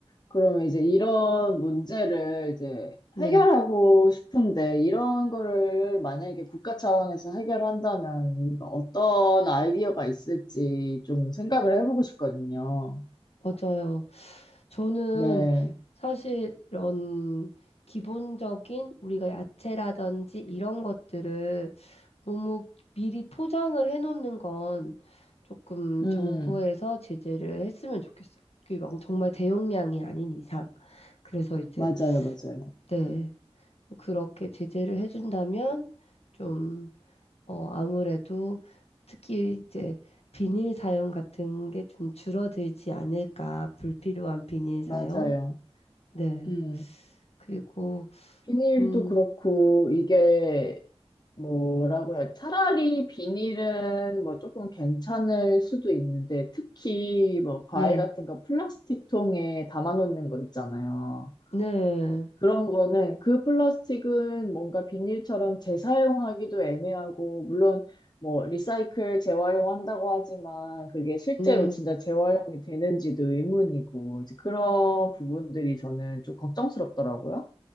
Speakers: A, on the left (about 40°); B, on the left (about 70°).
A: 그러면 이제 이런 문제를 이제
B: 네.
A: 해결하고 싶은데, 이런 거를 만약에 국가 차원에서 해결한다면, 이거 어떤 아이디어가 있을지 좀 생각을 해보고 싶거든요.
B: 맞아요. 저는
A: 네,
B: 사실 이런 기본적인 우리가 야채라든지 이런 것들을 너무 미리 포장을 해놓는 건 조금
A: 음,
B: 정부에서 제재를 했으면 좋겠어요. 그게 막 정말 대용량이 아닌 이상. 그래서 이제,
A: 맞아요, 맞아요.
B: 네, 그렇게 제재를 해준다면 좀 어, 아무래도 특히 이제 비닐 사용 같은 게 좀 줄어들지 않을까. 불필요한 비닐 사용.
A: 맞아요.
B: 네.
A: 음.
B: 그리고,
A: 비닐도
B: 음,
A: 그렇고, 이게, 뭐라고 해야, 차라리 비닐은 뭐 조금 괜찮을 수도 있는데, 특히 뭐 과일
B: 네.
A: 같은 거 플라스틱 통에 담아놓는 거 있잖아요.
B: 네.
A: 그런 거는 그 플라스틱은 뭔가 비닐처럼 재사용하기도 애매하고, 물론 뭐 리사이클 재활용한다고 하지만 그게 실제로
B: 네.
A: 진짜 재활용이 되는지도 의문이고, 이제 그런 부분들이 저는 좀 걱정스럽더라고요.